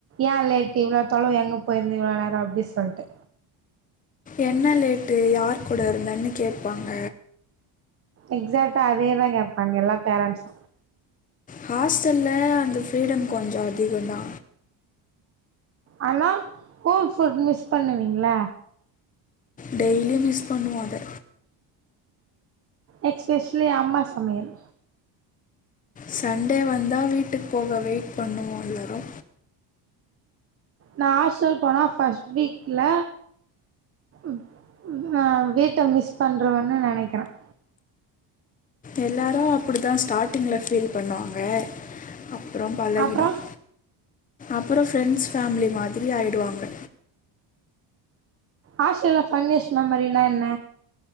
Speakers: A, on the right; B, on the left.
A: ஏ லேட்டு் இவ்ளோ தொலவு எங்க போயிருந்த இவ்ளோ நேரோ அப்டி சொல்ட்டு
B: என்ன லேட்டு யார் கூட இருந்தன்னு கேட்பாங்க
A: எக்ஷேக்டா அதேதா கேப்பாங்க எல்லா பேரண்ட்சு
B: ஹாஸ்டல்ல அந்த ஃப்ரீடம் கொஞ்சொ அதிகந்தா
A: அனா ஹோம்ஃபுட் மிஸ் பண்ணுவீங்ல
B: டெய்லி மிஸ் பண்ணுவோ அத
A: எக்ஸ்பெஷ்லி அம்மா சமையல்
B: சண்டே வந்தா வீட்டுக் போக வெய்ட் பண்ணுவோ எல்லரு
A: நான் ஹாஸ்டல் போனா பஸ்ட் வீக்ல ம் அஹன் வீட்டை மிஸ் பன்னுருவேன் நெனைக்கிறேன்
B: எல்லாரு அப்டிதா ஸ்டாட்டிங்ல ஃபீல் பண்ணுவாங்க அப்புறம் பலகிடும்
A: அப்றோ
B: அப்புறோ ஃப்ரெண்ட்ஸ் ஃபேமிலி மார் திரி ஆய்டுவாங்க
A: ஆஷியால ஃபன்னிஷ் மெமரினா என்ன